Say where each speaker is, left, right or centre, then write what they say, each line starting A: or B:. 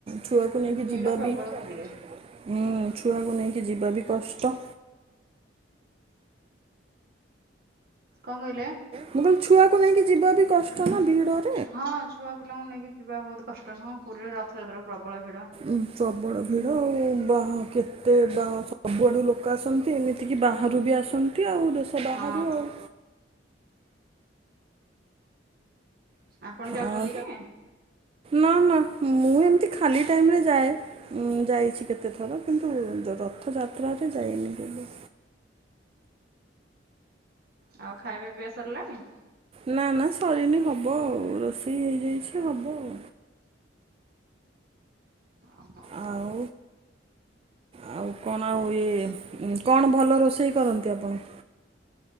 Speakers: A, on the right (about 30°); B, on the right (about 55°).
A: ଛୁଆକୁ ନେଇକି
B: ଭିଡ
A: ଯିବା
B: ପ୍ରବଳ
A: ବି ହୁଁ
B: ପୁରୀରେ।
A: ଛୁଆକୁ ନେଇକି ଯିବା ବି କଷ୍ଟ।
B: କଣ କହିଲେ?
A: ମୁଁ କହିଲ ଛୁଆକୁ ନେଇକି ଯିବା ବି କଷ୍ଟ ନା ଭିଡରେ।
B: ହଁ ଛୁଆ ପିଲାଙ୍କୁ ନେଇକି ଯିବା ବହୁତ କଷ୍ଟ ନୁହଁ ପୁରୀରେ ରଥଯାତ୍ରା ପ୍ରବଳ ଭିଡ।
A: ଉ ପ୍ରବଳ ଭିଡ ଆଉ ବାହା କେତେ ବା ସବୁଆଡୁ ଲୋକ ଆସନ୍ତି ଏମିତି ଏତିକି ବାହାରୁ ବି ଆସନ୍ତି ଆଉ ଦେଶ ବାହାରୁ
B: ହଁ
A: ଆଉ।
B: ଆପଣ ଯାଉଛନ୍ତି
A: ଆଉ
B: କି?
A: ନା ନା ମୁଁ ଏମିତି ଖାଲି ଟାଇମରେ ଯାଏ। ଉଁ ଯାଇଛି କେତେଥର କିନ୍ତୁ ରଥଯାତ୍ରାରେ ଯାଇନି କେବେ।
B: ଆଉ ଖାଇବା ପିଇବା ସରିଲାଣି?
A: ନା ନା ସରିନି ହବ ଆଉ ରୋଷେଇ ହେଇଯାଇଛି ହବ ଆଉ।
B: ଓହୋ।
A: ଆଉ। ଆଉ କଣ ଆଉ ଇଏ କଣ ଭଲ ରୋଷେଇ କରନ୍ତି ଆପଣ?